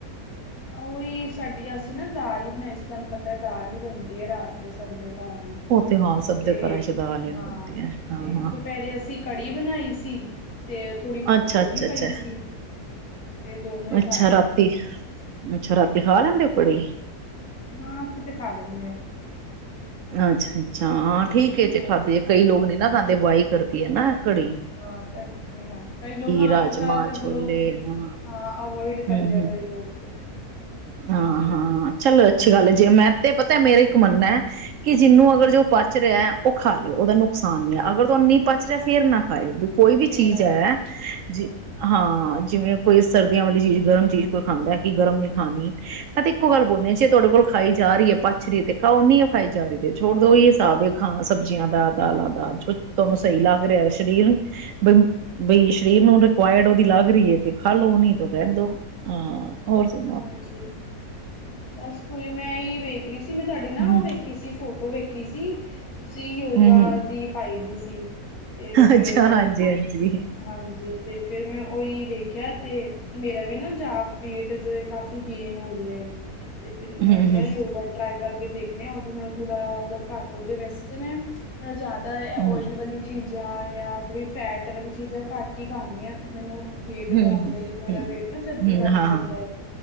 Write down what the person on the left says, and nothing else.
ਉਹੀ ਸਾਡੀ ਅਸੀਂ ਨਾ ਦਾਲ ਹੀ ਬਣਾਈ ਸੀ ਤੁਹਾਨੂੰ ਪਤਾ ਹੈ ਦਾਲ ਹੀ ਬਣਦੀ ਹੈ ਰਾਤ ਤੇ ਸਭ ਦੇ ਘਰ।
ਤੇ
ਹਾਂ
ਤੇ
ਦੁਪਹਿਰੇ ਅਸੀਂ। ਕੜੀ ਬਣਾਈ ਸੀ ਤੇ। ਥੋੜ੍ਹੀ ਬਹੁਤੀ
ਉਹ
ਵੀ
ਪਈ ਸੀ ਤੇ ਦੋਨੋ ਹੀ
ਖਾਏ
ਆ।
ਹਾਂ, ਅਸੀਂ ਤੇ ਖਾ ਲੈਣੇ ਆਂ।
ਹਾਂਜੀ
ਖਾਏ
ਹਾਂ ਕਈ ਖਾ ਕਈ ਲੋਕ ਹਾਂ
ਜ਼ਿਆਦਾਤਰ
ਲੋਕ
ਹਾਂ ਅਵੋਇਡ ਕਰਦੇ
ਏ
ਕਈ ਲੋਕ ਤੇ।
ਹਾਂਜੀ
ਫਿਰ
ਨਾ
ਖਾਏ
ਹਾਂਜੀ ਬਸ ਕੋਈ ਮੈਂ ਹੀ ਵੇਖ ਰਹੀ ਸੀ ਮੈਂ ਤੁਹਾਡੀ ਨਾ
ਉਹ ਵੇਖੀ ਸੀ ਫੋ ਉਹ ਵੇਖੀ ਸੀ ਤੁਸੀਂ ਯੋਗਾ
ਦੀ ਪਾਈ ਦੀ ਸੀ। ਤੇ ਫਿਰ
ਹਾਂਜੀ ਤੇ ਫਿਰ ਮੈਂ ਉਹੀ ਵੇਖਿਆ ਤੇ ਮੇਰਾ ਵੀ ਨਾ ਜਾਬ ਵੇਟ ਕਾਫੀ ਗੇਨ ਹੋ ਰਿਹਾ ਹੈ ਤੇ ਫਿਰ ਮੈਂ
ਕਿਹਾ
ਯੋਗਾ ਟਰਾਈ ਕਰਕੇ ਦੇਖਣੇ ਆ ਉਹਦੇ ਨਾਲ ਥੋੜ੍ਹਾ ਮਤਲਬ ਘੱਟ ਹੋ ਜਾਵੇ ਵੈਸੇ ਤਾਂ ਮੈਂ ਮੈਂ ਜ਼ਿਆਦਾ ਓਇਲ
ਵਾਲੀ ਚੀਜ਼ ਜਾਂ- ਜਾਂ ਥੋੜੀ ਫੈਟ ਵਾਲੀ ਚੀਜ਼ਾਂ ਘੱਟ ਹੀ ਖਾਨੀ ਆ ਮੈਨੂੰ ਵੇਟ
ਦਾ ਹੁੰਦਾ ਹੈ ਮੇਰਾ ਵੇਟ ਨਾ ਜਲਦੀ
ਵੱਧ
ਜ ਜਾਂਦਾ
ਹੈ